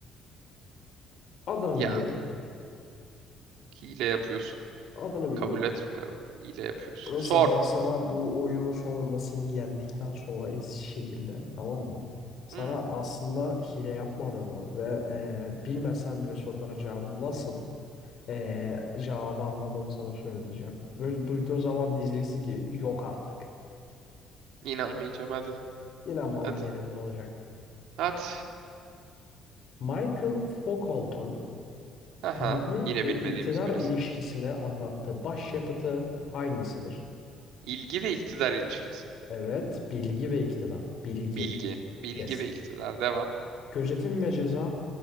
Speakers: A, on the left; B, on the right.
A: Adını
B: Ya
A: biliyordum.
B: hile yapıyorsun.
A: Adını biliyordum.
B: Kabul etmiyorum. Hile yapıyorsun.
A: Mesela
B: Sor.
A: ben sana bu oyunun sonunda seni yendikten sonra ezici şekilde tamam mı? Sana
B: Hı,
A: aslında hile yapmadığımı ve e, bilmesen bile soruların cevabını nasıl e, cevabı anladığımı sana söyleyeceğim. Böyle duyduğun zaman diyeceksin ki yok artık.
B: inanmayacağım hadi.
A: İnanmamak
B: Hadi.
A: elinde olacak.
B: Hadi.
A: Michael Foucault'un
B: Aha.
A: bilgi
B: Yine
A: ve
B: bilmediğimiz
A: iktidar
B: bir isim.
A: ilişkisini anlattığı başyapıtı hangisidir?
B: İlgi ve iktidar ilişkisi.
A: Evet, bilgi ve iktidar. Bilgi.
B: Bilgi. Bilgi
A: Yes.
B: ve iktidar. Devam.
A: Gözetim ve ceza,